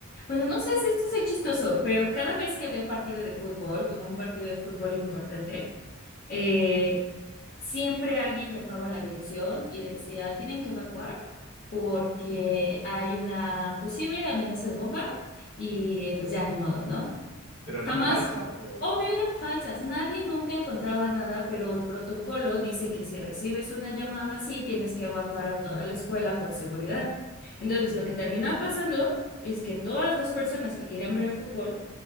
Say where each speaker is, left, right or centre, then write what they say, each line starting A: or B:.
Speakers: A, on the left; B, on the left.
A: bueno, no sé si esto sea chistoso, pero cada vez que había partido de fútbol, como un partido de fútbol importante, eh, siempre alguien llamaba a la dirección y decía, tienen que evacuar porque hay una posible amenaza de bomba y pues ya ni modo, ¿no?
B: ¿Pero eran
A: Jamás,
B: falsas o,
A: obvio,
B: o
A: eran falsas. Nadie nunca encontraba nada, pero el protocolo dice que si recibes una llamada así, tienes que evacuar a toda la escuela por seguridad. Entonces, lo que terminaba pasando es que todas las personas que querían ver el fútbol